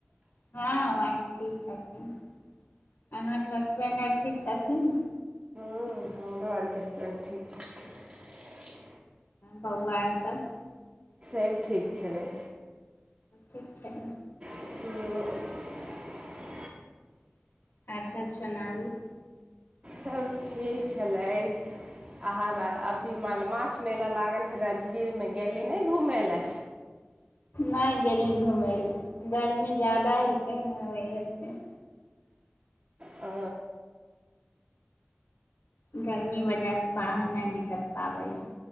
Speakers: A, on the left; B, on the right.
A: हँ आर ठीक छथिन अहाँके हसबैंड आर ठीक छथिन
B: हँ हमरो आरके हसबैंड ठीक छ
A: बौआरसभ
B: सभ ठीक छलै
A: ठीक छै
B: हुँ
A: आर सभ सुनाबू
B: सभ ठीक छलै अहाँ अभी मालमास मेला लागल हइ राजगीरमे गेली ने घूमय लए
A: नहि गेली घुमै लऽ गर्मी जादा ही क नहि हो छै
B: आ
A: गरमीक वजहसँ बाहर नहि निकलि पाबै हए